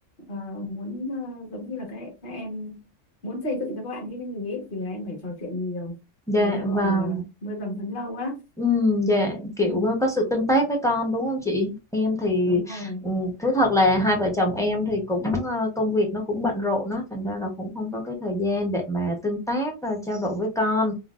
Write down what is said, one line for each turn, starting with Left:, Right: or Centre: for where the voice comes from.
Left: ờ, muốn ờ, giống như là cái các em muốn xây dựng cho các bạn như cái gì ấy thì là em phải trò chuyện nhiều
Centre: dạ,
Left: thì người ta gọi
Centre: và
Left: là mưa dầm thấm lâu á
Centre: Ừ, dạ kiểu
Left: ừ,
Centre: ờ, có sự tương tác với con đúng không chị? Em thì
Left: đúng rồi
Centre: ừ, thú thật là hai vợ chồng em thì cũng ờ, công việc nó cũng bận rộn đó, thành ra là cũng không có cái thời gian để mà tương tác ờ, trao đổi với con.